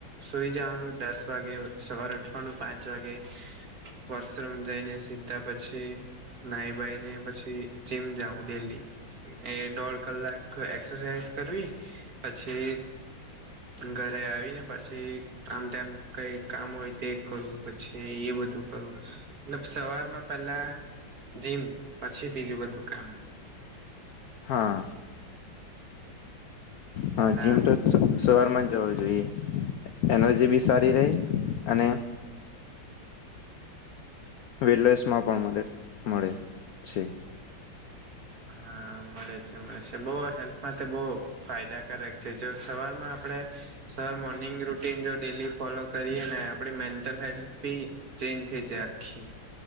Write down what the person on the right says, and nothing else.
સુઈ જવાનું દસ વાગે સવારે ઉઠવાનું પાંચ વાગે. વૉશરૂમ જઈને સીધા પછી નાઈ બાાઈ ને પછી જીમ જાઉ. ડેલી એ દોઢ કલાક એક્સરસાઇઝ કરવી પછી ઘરે આવી ને પછી આમ તેમ કંઈ કામ હોય તે કરુ પછી એ બધું કરુ મતલબ સવારમાં પેલા જીમ પછી બીજું બધું કામ
પેલા
હા મળે છે મળે છે બહું હેલ્થમાં બહું ફાયદાકારક છે જો સવારમાં આપણે સવાર મોર્નિંગ રૂટીન જો ડેલી ફોલો કરીએ ને આપડી મેન્ટલ હેલ્થ બી ચેન્જ થઈ જાય આખી